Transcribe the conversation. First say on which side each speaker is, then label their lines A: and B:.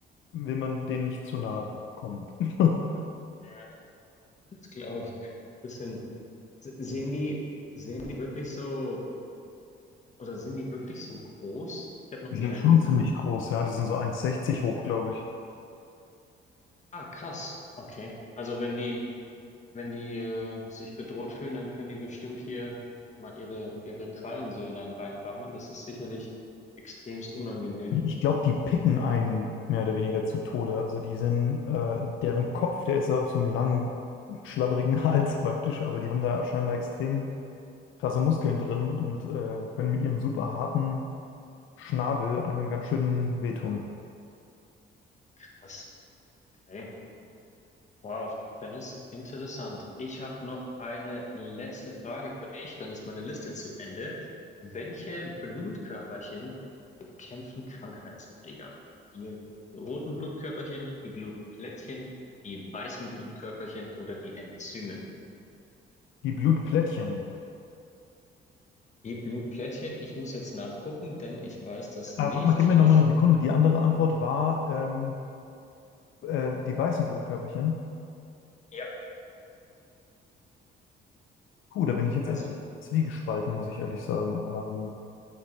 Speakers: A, on the left; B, on the left.
A: will man denen nicht zu nahe kommen. <laughs>
B: äh, das glaube ich. Bisschen, se- sehen die, die wirklich so. Oder sind die wirklich so groß? Ich habe noch
A: Die
B: nie
A: sind
B: einen
A: schon
B: gesehen.
A: ziemlich groß, ja. Die sind so eins Komma sechzig hoch, glaube ich.
B: Ah, krass. Okay. Also wenn die, wenn die äh, sich bedroht fühlen, dann können die bestimmt hier mal ihre, ihre Krallen so in einen reinrammen. Das ist sicherlich extremst unangenehm.
A: Ich glaube, die picken einen mehr oder weniger zu Tode. Also die sind, äh, deren Kopf, der ist ja auf so einem langen, schlabberigen <laughs> Hals praktisch, aber die haben da scheinbar extrem krasse Muskeln drin und äh, können mit ihrem super harten Schnabel einen ganz schönen wehtun.
B: Krass. Okay. Wow, Dennis, interessant. Ich habe noch eine letzte Frage für dich, dann ist meine Liste zu Ende. Welche Blutkörperchen bekämpfen Krankheitserreger? Die roten Blutkörperchen, die Blutplättchen, die weißen Blutkörperchen oder die Enzyme?
A: Die Blutplättchen.
B: Die Blutplättchen, ich muss jetzt nachgucken, denn ich weiß das
A: Aber
B: nicht.
A: warte mal, gib
B: Hier,
A: mir nochmal
B: st-
A: eine Sekunde. Die andere Antwort war ähm, äh, die weißen Blutkörperchen.
B: ja,
A: Puh, da bin ich jetzt
B: also
A: etwas zwiegespalten, muss ich ehrlich sagen. Ähm,